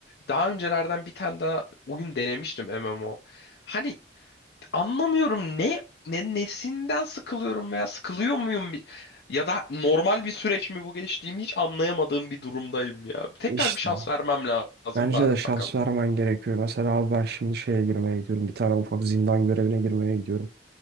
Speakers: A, on the left; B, on the right.
A: Daha öncelerden bir tane daha oyun denemiştim MMO. Hani Anlamıyorum ne ne nesinden sıkılıyorum veya sıkılıyor muyum bi- ya da normal bir süreç mi bu geçtiğimi hiç anlayamadığım bir durumdayım ya. Tekrar
B: İşte.
A: bir şans vermem lazım
B: Bence
A: da
B: de şans
A: bakalım.
B: vermen gerekiyor. Mesela abi ben şimdi şeye girmeye gidiyorum. Bir tane ufak zindan görevine girmeye gidiyorum.